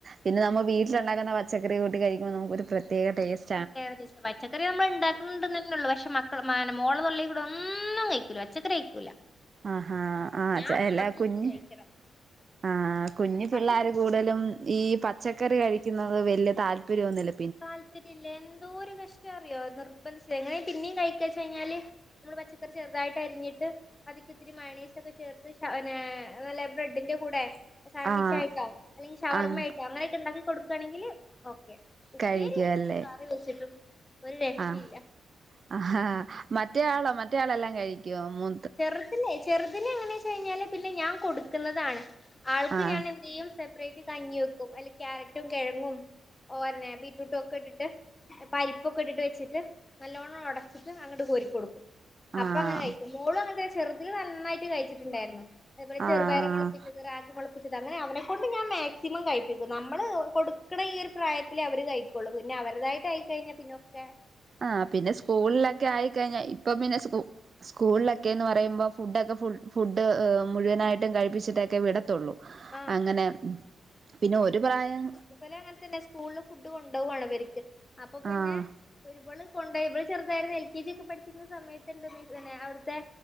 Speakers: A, on the right; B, on the left.
A: പിന്നെ നമ്മ വീട്ടില് ണ്ടാക്കുന്ന പച്ചക്കറി കൂട്ടി കഴികുമ്പോ നമുക്ക് ഒരു പ്രത്യേക ടെസ്റ്റ്
B: പ്രത്യേക ടെസ്റ്റാ പച്ചക്കറി നമ്മൾ ഇണ്ടാക്ന്ണ്ടന്നെള്ളൂപക്ഷെ മാന മോൾ ഇവടെ ഒന്നും കഴിക്കൂല പച്ചക്കറി കഴിക്കൂല
A: ആഹാ ആഹ്
B: ഞാൻ
A: ചെലാ
B: മാത്രം
A: കുഞ്
B: ഇരുന്ന് കഴിക്കണം
A: ആഹ് കുഞ്ഞു പിള്ളേർ
B: അപ്പൊ എനിക്ക്
A: കൂ ടുതലും ഈ പച്ചക്കറി കഴിക്കുന്നത് വല്യ താല്പര്യ ഒന്നുല്ല
B: താല്പര്യ ഇല്ല എന്തോ ഒരു കഷ്ട അറിയോ നിർബന്ധച്ച് കഴിഞ്ഞാ യെങ്ങനെ പിന്നെയും കഴിക്കച്ച് കഴിഞ്ഞാൽ കഴിഞ്ഞാല് നമ്മൾ പച്ചക്കറി ചെറുതായിട്ട് അരിഞ്ഞിട്ട് അതിക്ക് ഇത്തിരി മയണീസ് ഒക്കെ ചേർത്ത് ശാ നല്ല ബ്രെഡിന്റെ കൂടെ സാൻവിച്ച്
A: ആഹ്
B: ആയിട്ടാ അല്ലെങ്കി ഷവർമ്മ
A: ആഹ്
B: ആയിട്ടാ അങ്ങനെയൊക്കെ ണ്ടാക്കി കൊടുക്കാണങ്കിൽ ഓക്കെ ഉപ്പേരി
A: കഴിക്കുവല്ലേ
B: വെച്ചിട്ടും കറി വെച്ചിട്ടും ഒരു രക്ഷയില്ല
A: ആഹ് ആഹാ മറ്റേയാളോ മറ്റേയാളല്ലാം കഴിക്കോ മു
B: ചെറുതിലെ ചെറുതിലെ എങ്ങനെ ച്ച് കഴിഞ്ഞാല് പിന്നെ ഞാൻ കൊടുക്കുന്നതാണ് ആൾക്ക്
A: ആഹ്
B: ഞാൻ എന്ത്യേയ്യും സപ്പറേറ്റ് കഞ്ഞി വെക്കും അയില് ക്യാരറ്റും കെഴങ്ങും ഓരന ബീറ്റ്റൂട്ട് ഒക്കെ ഇട്ടിട്ട് പരിപ്പൊക്കെ ഇട്ടിട്ട് വെച്ചിട്ട് നല്ലോണം ഒടച്ചിട്ട് അങ്ങട്ട് കോരി കൊടുക്കും അപ്പ
A: ആഹ്
B: അങ്ങനെ കഴിക്കും മോളും അങ്ങനത്തന്നേ ചെറുതിൽ നന്നായിട്ട് കഴിച്ചിട്ടുണ്ടായിരുന്നു അത് പോലെ ചെറുപയറ്
A: ആഹ്
B: മോളപ്പിച്ചത് റാഗി മോളപ്പിച്ചത് അങ്ങനെ അവനെക്കൊണ്ട് ഞാൻ മാക്സിമം കഴിപ്പിക്കും നമ്മള് കൊടുക്ക്ണെ ഈ ഒരു പ്രായ ത്തിലെ അവര് കഴിക്കൊള്ളൂ പിന്നെ അവരതായിട്ട് ആയി കഴിഞ്ഞാ പിന്നോക്കെ
A: ആഹ് പിന്നെ സ്കൂൾ ലൊക്കെ ആയിക്കഴിഞ്ഞാ ഇപ്പം പിന്നെ സ്കൂ സ്കൂളിലൊക്കെന്ന് പറയുമ്പോ ഫുഡൊക്കെ ഫുഡ് മുഴുവനായിട്ടും കഴിപ്പിച്ചിട്ടൊക്കെ വിടത്തൊള്ളൂ
B: ആഹ്
A: അങ്ങനെ പിന്നെ ഒരു പ്രായം
B: ഇവല് അങ്ങന തന്നെ സ്കൂള് ഫുഡ് കൊണ്ടോ വാണ് ഇവര് ക്ക് അപ്പൊ പിന്നെ
A: ആഹ്
B: ഇവള് കൊണ്ടോയി ഇവൾ ചെറുതായാരേം എൽ കെ ജി ഒക്കെ പഠിച്ചിരുന്ന സമയത്ത്ണ്ട് അവ്ട് ത്തെ